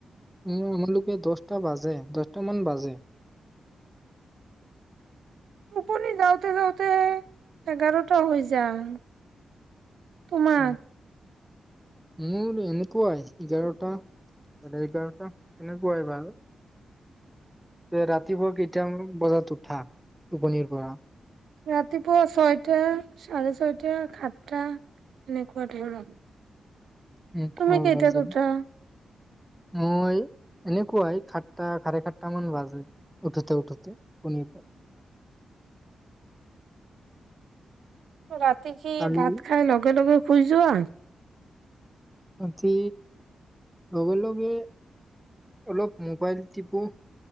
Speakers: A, in the centre; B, on the right.
A: উ, আমালোকে দছটা বাজে, দহটা মান বাজে
B: <inaudible> টোপনি যাওঁতে-যাওঁতে, এঘাৰটা হৈ যায়। তোমাক
A: উম, মোৰ এনেকুৱাই, এঘাৰটা চাৰে এঘাৰটা এনেকুৱাই বাৰু। ৰাতিপুৱা কেইটা বজাত উঠা টোপনিৰ পৰা?
B: ৰাতিপুৱা ছয়টা, চাৰে ছয়টা, সাতটা এনেকুৱা ধৰক
A: উম,
B: তুমি
A: কোৱা
B: কেইতিয়াত
A: বাজে
B: উঠা?
A: মই এনেকুৱাই, খাট্টা খাৰে খাাটটা মান বাজে উঠোতে উঠোতে টোপনীৰ পৰা।
B: ৰাতি কি
A: কালি
B: ভাত খাই লগে লগে বুজোৱা
A: ৰাতি লগে-লগে অলপ মোবাইল টিপো,